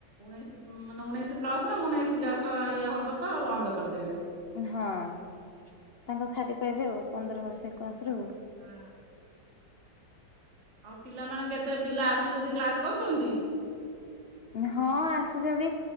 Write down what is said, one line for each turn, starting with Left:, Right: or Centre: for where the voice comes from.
Right: ଉଣେଇଶି ମାନେ ଉଣେଇଶି ପ୍ଲସ୍ ଉଣେଇଶି ଜଷ୍ଟ ଇଏ ହେବ ତ ବନ୍ଦ କରିଦେବେ।
Left: ହଁ ତାଙ୍କ ଖାଦ୍ୟ ପାଇବେ ଆଉ ପନ୍ଦର ବର୍ଷ ଏକମାସରୁ।
Right: ହଁ। ଆଉ ପିଲାମାନେ କେତେ ପିଲା ଆସୁଛନ୍ତି କ୍ଲାସ କରୁଛନ୍ତି?
Left: ହଁ ଆସୁଛନ୍ତି